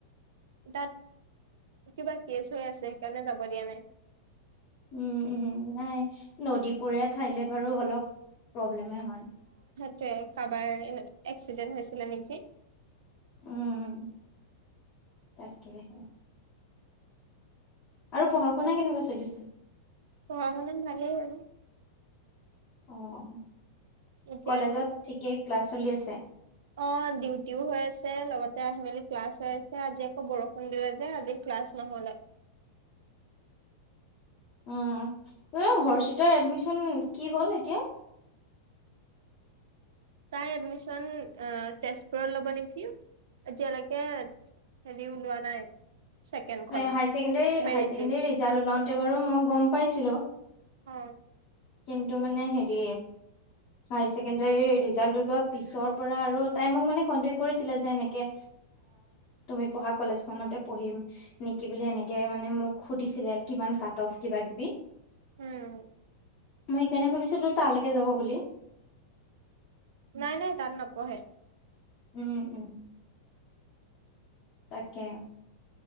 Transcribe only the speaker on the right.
তাত কিবা কেছ হৈ আছে সেইকাৰণে যাব দিয়া নাই।
সেইটোৱে কাৰোবাৰ এ এক্সিডেন্ট হৈছিলে নেকি?
পঢ়া শুনাত ভালেই হ'ল।
এতিয়া
অ ডিউটিও হৈ আছে লগতে আহি মেলি ক্লাছ হৈ আছে। আজি আকৌ বৰষুণ দিলে যে আজি ক্লাছ নহলে।
তাই এডমিচন তেজপুৰত ল'ব নেকি! এতিয়ালৈকে হেৰি ওলোৱা নাই ছেকেণ্ডখন
মেৰিট
লিষ্ট
অ',
উম।
নাই নাই তাত নপঢ়ে